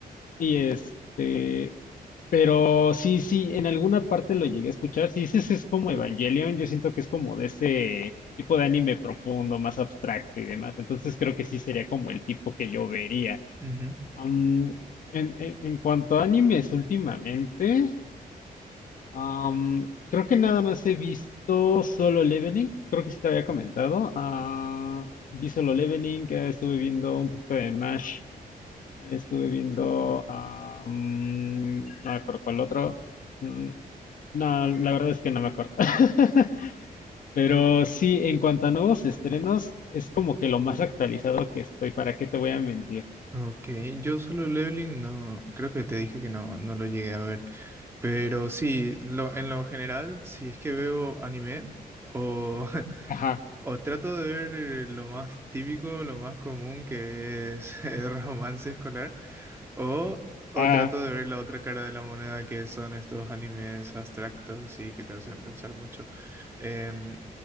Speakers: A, on the left (about 60°); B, on the right (about 15°).
A: Y este, pero sí, sí, en alguna parte lo llegué a escuchar. Si dices es como Evangelion, yo siento que es como de ese tipo de anime profundo, más abstracto y demás. Entonces creo que sí sería como el tipo que yo vería.
B: ujú.
A: Am, en, en- en cuanto a animes últimamente, am, creo que nada más he visto Solo Leveling. Creo que sí te había comentado. Ah, vi Solo Leveling, eh, estuve viendo un poquito de Mash, estuve viendo, am, no me acuerdo cuál otro. Mm, no, la verdad es que no me acuerdo. <laughs> Pero sí, en cuanto a nuevos estrenos, es como que lo más actualizado que estoy, ¿para qué te voy a mentir?
B: Ok, yo solo Leveling no, creo que te dije que no, no lo llegué a ver, pero sí, lo, en lo general, si es que veo anime o, <laughs>
A: Ajá.
B: o trato de ver eh, lo más típico, lo más común que es <laughs> el romance escolar, o, o
A: Ah,
B: trato de ver la otra cara de la moneda que son estos animes abstractos y que te hacen pensar mucho. Em,